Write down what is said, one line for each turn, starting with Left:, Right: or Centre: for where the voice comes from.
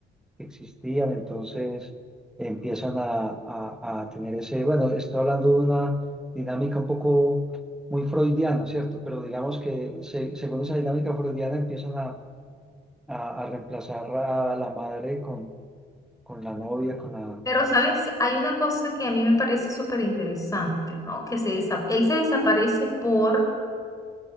Centre: existían, entonces empiezan a, a, a tener ese, bueno, estoy hablando de una dinámica un poco muy freudiana, ¿cierto? Pero digamos que se- según esa dinámica freudiana empiezan a, a, a reemplazar a la madre con, con la novia, con la
Left: Pero, ¿sabes? Hay una cosa que a mí me parece súper interesante, ¿no? Que se desa- él se desaparece por,